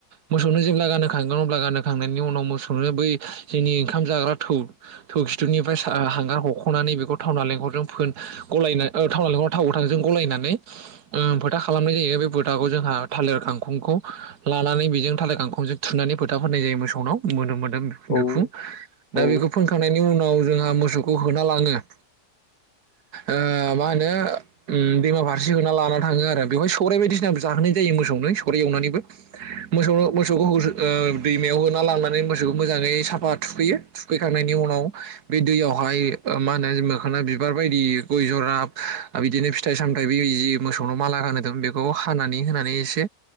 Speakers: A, on the right (about 75°); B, on the left (about 80°).
A: मोसौनो जेब्ला गानखांगोन अब्ला गानो खांनायनि उनाव मोसौ बै जोंनि ओंखाम जाग्रा थौ खिथुनिफ्राय सा-हांगार हख'ना नै बेखौफ थाव नालेंखरजों फोन गलायनानै ओ थाव नालेंखर थाव गोथांजों गलायनानै ओ फोथा खालामनाय जायो बे फोथाखौ जोंहा थालिर गांखंखौ लानानै बेजों थालिर गांखंजों थुनानै फोथा फोननाय जायो । मोसौनाव मोनो मोन बि-बिखुं
B: औ औ
A: दा बेखौ फोनखांनायनि उनाव जोंहा मोसौखौ होना लाङो ।
B: <unintelligible>
A: ओ मा होनो उम दैमा फारसे होना लाना थाङो आरो बेवहाय सौराय बायदिसिनाबो जाहोनाय जायो मोसौनो सौराय एवनानैबो मोस- मोसौखौ ओ दैमा राव होना लांनानै मोसौखौ मोजांयै साफा थुखै थुखैखांनायनि उनाव बे दैयावहाय ओ मा होनो मोखोना बिबार बायदि गय जरा बिदिनो फिथाइ सामथाइबो मोसौनो माला गानो बेखौ हानानै होनानै एसे